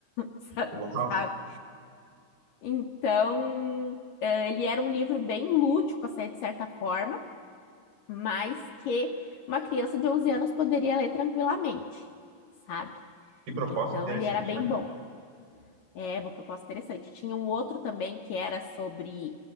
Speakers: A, on the left (about 65°); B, on the right (about 60°).
A: <laughs>
B: Uau,
A: sabe? Então, eh, ele era um livro bem lúdico assim, de certa forma, mas que uma criança de 11 anos poderia ler tranquilamente, sabe?
B: que proposta
A: Então,
B: interessante,
A: ele era bem
B: né?
A: bom. É, uma proposta interessante. Tinha um outro também que era sobre